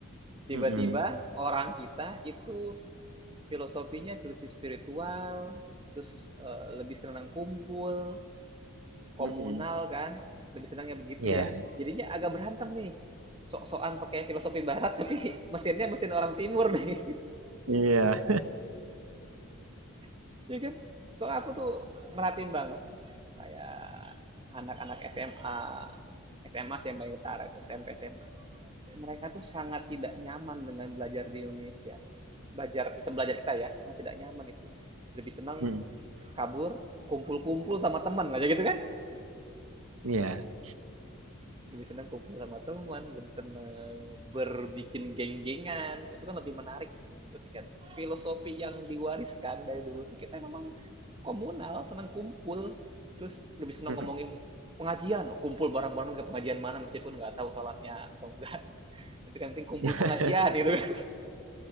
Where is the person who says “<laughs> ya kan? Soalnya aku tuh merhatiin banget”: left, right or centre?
Right